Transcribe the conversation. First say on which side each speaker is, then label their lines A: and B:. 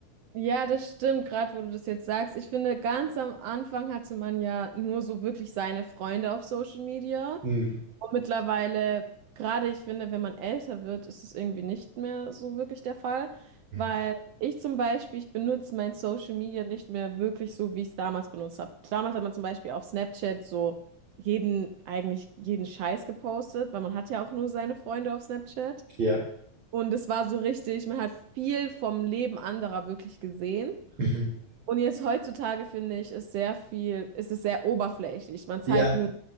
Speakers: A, on the right; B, on the right.
A: Ja, das stimmt, gerade wo du das jetzt sagst. Ich finde, ganz am Anfang hatte man ja nur so wirklich seine Freunde auf Social Media.
B: Hm.
A: Und mittlerweile, gerade ich finde, wenn man älter wird, ist es irgendwie nicht mehr so wirklich der Fall,
B: Mhm.
A: weil ich zum Beispiel, ich benutze mein Social Media nicht mehr wirklich so, wie ich es damals benutzt habe. Damals hat man zum Beispiel auf Snapchat so jeden, eigentlich jeden Scheiß gepostet, weil man hat ja auch nur seine Freunde auf Snapchat.
B: Ja.
A: Und es war so richtig, man hat viel vom Leben anderer wirklich gesehen.
B: Mhm.
A: Und jetzt heutzutage finde ich, ist sehr viel, ist es sehr oberflächlich. Man zeigt
B: Ja.
A: nur